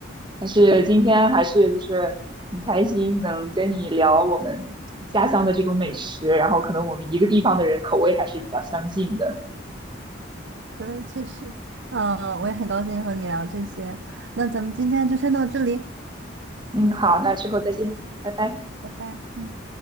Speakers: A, on the right; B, on the right.
A: 但是今天还是就是挺开心能跟你聊我们家乡的这种美食，然后可能我们一个地方的人口味还是比较相近的。
B: 对，确实，嗯，我也很高兴和你聊这些。那咱们今天就先到这里，
A: 嗯，好，那之后再见，拜拜。
B: 拜拜。嗯。